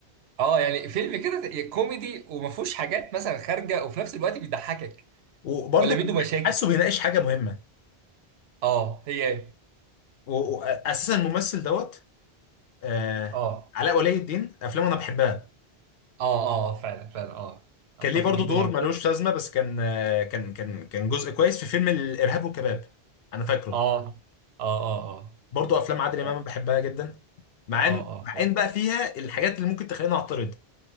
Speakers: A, on the right; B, on the left.
A: اه يعني فيلم كده كوميدي وما فيهوش حاجات مثلا خارجه وفي نفس الوقت بيضحكك
B: وبرضو
A: ولا منه
B: كان
A: مشاكل
B: حاسه بيناقش حاجه مهمه
A: اه هي
B: واساسا الممثل دوت آه
A: اه
B: علاء ولي الدين افلامه انا بحبها
A: اه اه آه، فعلا فعلا اه
B: كان
A: اتفق
B: ليه برضو
A: جدا
B: دور
A: يعني
B: ملوش لازمه بس كان آه، كان كان كان جزء كويس في فيلم الارهاب والكباب انا فاكره
A: اه اه اه
B: برضو افلام عادل امام
A: اه
B: أنا بحبها جدا مع
A: اه
B: ان
A: اه
B: مع
A: فعلا
B: ان بقى فيها الحاجات اللي ممكن تخليني اعترض